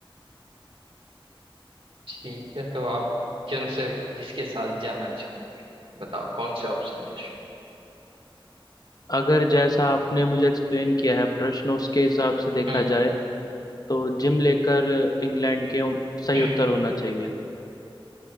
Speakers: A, on the right; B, on the left.
A: ठीक है तो आप किन से किसके साथ जाना चाहेंगे बताओ कौन से ऑप्शन के साथ?
B: अगर जैसा आपने मुझे एक्सप्लेन किया है प्रश्न उसके हिसाब से देखा
A: हम्म
B: जाए तो जिम लेकर इंग्लैंड के सही
A: <clears throat>
B: उत्तर होना चाहिए